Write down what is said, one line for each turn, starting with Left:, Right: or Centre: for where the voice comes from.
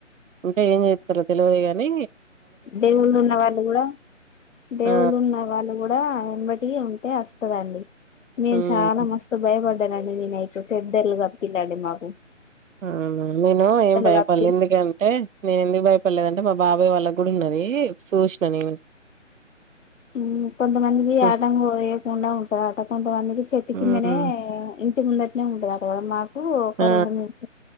Right: అంటే ఏం చెత్తారో తెలవాదు కానీ
Left: దేవుళ్ళు ఉన్న వాళ్ళు కూడా, దేవుళ్ళు
Right: ఆ!
Left: ఉన్న వాళ్ళు కూడా ఉమ్మటి ఉంటే వస్తదండి. మేమ్
Right: హ్మ్.
Left: చాలా మస్త్ భయపడ్ దనండి నేనై సో సెడ్డర్లు గప్పిండండి మాక్
Right: ఆ మేము ఏం భయపడల్లే
Left: కప్పి
Right: ఎందుకంటే నేను ఎందుకు భయపడల్లే అంటే మా బాబాయ్ వాళ్ళకు కూడా ఉన్నది సూసిన నేను
Left: మ్మ్ కొంతమందికి
Right: హ్మ్.
Left: ఆటంగా వేయకుండా ఉంటందట కొంతమందికి చెట్టు
Right: హ్మ్.
Left: కిందనే మ్మ్. ముందట్నే ఉంటదట అక్కడ మాక్ కు ఒక
Right: ఆ!
Left: రెండు మీకి